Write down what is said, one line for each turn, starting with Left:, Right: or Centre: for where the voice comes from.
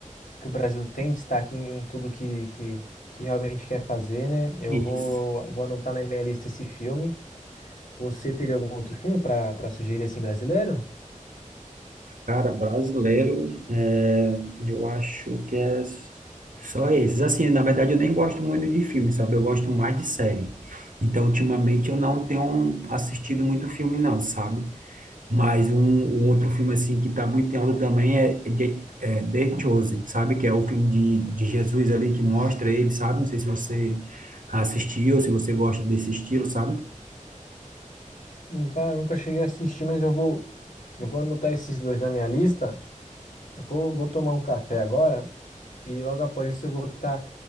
Left: que o Brasil tem destaque em, em tudo que, que, que realmente quer fazer, né? Eu
Right: Isso.
Left: vou, vou anotar na minha lista esse filme. Você teria algum outro filme para para sugerir assim brasileiro?
Right: Cara, brasileiro, é, eu acho que é só esses. Assim, na verdade, eu nem gosto muito de filme, sabe? Eu gosto mais de série. Então, ultimamente, eu não tenho assistido muito filme, não, sabe? Mas um, um outro filme, assim, que tá muito em alta também é, The- é The Chosen, sabe? Que é o filme de, de Jesus ali que mostra ele, sabe? Não sei se você assistiu, se você gosta desse estilo, sabe?
Left: Nunca, nunca cheguei a assistir, mas eu vou, eu vou anotar esses dois na minha lista. Eu vou, vou tomar um café agora E logo após isso eu vou estar